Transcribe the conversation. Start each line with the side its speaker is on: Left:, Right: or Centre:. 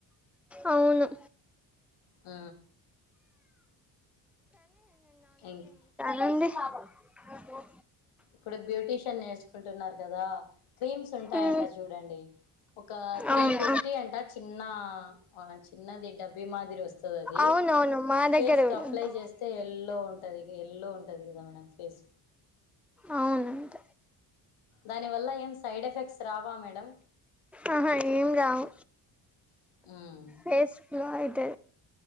Centre: అవును
Left: ఆ థ్యాంక్
Centre: అండి ఓ
Left: ఇప్పుడు బ్యూటిషన్ నేర్చుకుంటున్నార్ గదా క్రీమ్స్ ఉంటాయంట
Centre: ఉమ్
Left: చూడండి ఒక త్రీ
Centre: అవును
Left: ఫిఫ్టీ అంట చిన్నా ఆ చిన్నది డబ్బీ మాదిరి ఒస్తది అది
Centre: అవునవును మా దగ్గర
Left: ఫేస్కప్లై
Centre: కూడా
Left: చేస్ తే ఎల్లో ఉంటదిగ ఎల్లో ఉంటది గద మేడం ఫేస్
Centre: అవ్నంట
Left: దాని వల్ల ఏం సైడ్ ఎఫెక్ట్స్ రావా మేడం
Centre: ఆహా ఏం గావ్
Left: మ్
Centre: ఫేస్ గ్లో ఐతద్